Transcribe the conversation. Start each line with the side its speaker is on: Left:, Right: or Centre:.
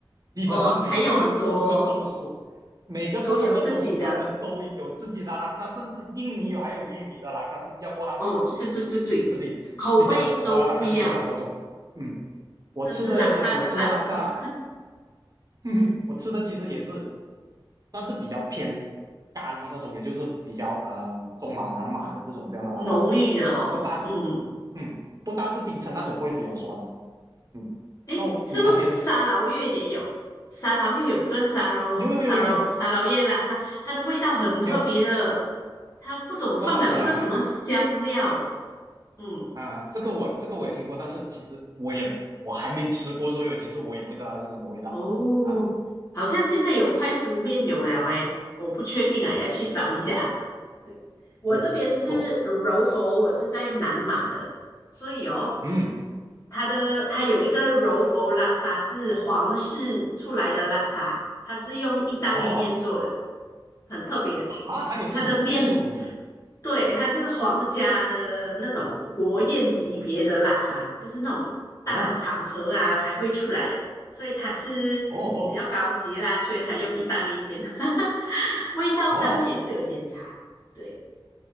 Right: 基本上每个不同的州属，
Left: 哦，还有很多
Right: 每个不同的州属他们都有自己的拉萨，
Left: 都有自己的。
Right: 甚至印尼有还有印尼的拉萨，新加坡他们自己也是自己新加坡的拉萨，
Left: 哦，对对对对对，口味都不一样，
Right: 其实很多种。嗯，我吃的我吃的拉萨，
Left: 这是拉萨的战争，
Right: <laughs> 我吃的其实也是算是比较偏咖喱那种，也就是比较嗯、中马南马的这种这样的拉萨。
Left: 浓郁的哦。
Right: 不大是，
Left: 嗯，
Right: 嗯，不大是冰城那种会比较酸的，嗯。
Left: 诶，
Right: 就你那边呢？
Left: 是不是沙劳越也有？沙劳越有个沙劳沙劳沙劳越拉萨，
Right: 有有有有有
Left: 它的味道很特别的，
Right: 有，
Left: 它不懂放了一个什么香料。
Right: 不过老实啦，那
Left: 嗯，
Right: 啊、这个我这个我也听过，
Left: 我
Right: 但是其实我也我还没吃过，所以其实我也不知道它是什么味道啊。
Left: 哦，好像现在有快熟面有了诶，我不确定啊，要去找一下。对，我这边是柔佛，
Right: 哦，是哦，
Left: 我是在南马的，所以哦。
Right: 嗯，
Left: 它的它有一个柔佛拉沙是皇室出来的拉沙，它是用意大利面做的，
Right: 哦，
Left: 很特别。
Right: 啊，还有这种东，
Left: 它的面
Right: 还有这种东西，
Left: 对它是皇家的那种国宴级别的拉沙，就是那种大场合啊才会出来的，
Right: 哦
Left: 所以它是比较高级啦，
Right: 哦哦
Left: 所以它用意大利面，<laughs> 味道上面也是有点差。
Right: 哦，
Left: 对，